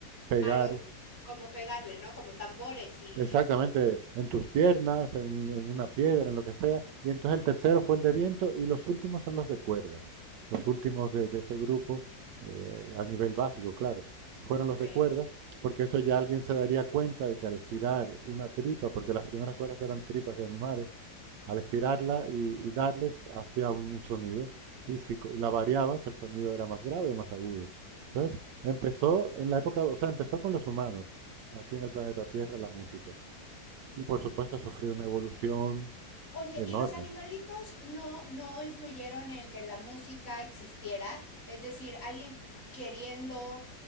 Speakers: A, on the right; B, on the left.
A: pegar
B: A los, como pegarle, ¿no? Como tambores y
A: Exactamente,
B: así.
A: en tus piernas, en, en una piedra, en lo que sea. Y entonces el tercero fue el de viento y los últimos son los de cuerda. Los últimos de, de ese grupo, eh, a nivel básico, claro, fueron
B: Okey.
A: los de cuerda, porque eso ya alguien se daría cuenta de que al estirar una tripa, porque las primeras cuerdas eran tripas de animales, al estirarla y, y darles hacía un, un sonido. Y si co- la variabas, el sonido era más grave o más agudo. Entonces empezó en la época, o sea, empezó con los humanos aquí en el planeta Tierra la música. Y por supuesto ha sufrido una evolución
B: Oye,
A: enorme.
B: ¿y los animalitos no no influyeron en que la música existiera? Es decir, alguien queriendo,